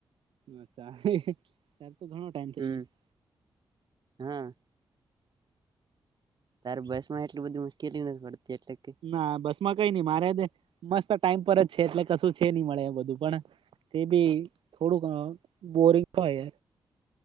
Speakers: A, on the right; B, on the right.
A: અચ્છા. તાર તો ઘણો ટાઈમ
B: હમ્મ.
A: થઇ જાય
B: હા. તારે બસ માં એટલી બધી મુશ્કેલી નથી પડતી એટલે કે
A: ના બસ માં કઈ નઈ મારે મસ્ત ટાઈમ પર જ છે. એટલે કશું છે નહી મળે એ બધું પણ તે ભી થોડું ઘ બોરિંગ થાય